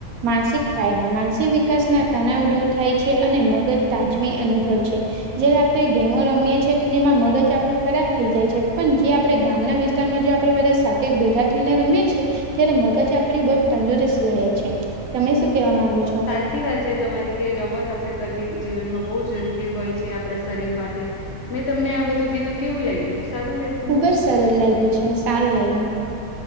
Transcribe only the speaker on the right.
માનસિક ફાયદા માનસિક વિકાસના- - તનાવ દૂર થાય છે અને મગજ તાજવી અનુભવ છે. જે આપણે ગેમો રમીએ છે તેમાં મગજ આપણું ખરાબ થઈ જાય છે પણ જે આપણે ગામના વિ- - સ્ જો આપે બધા સાથે ભેગા થઈને રમએ છીએ ત્યારે મગજ આપડી બહ જ તંદુરસ્ત રહે છે. તમે શું કેવા માગો છો?
ખુબ જ સરળ લાગ્યું છે સારું લાગ્યું.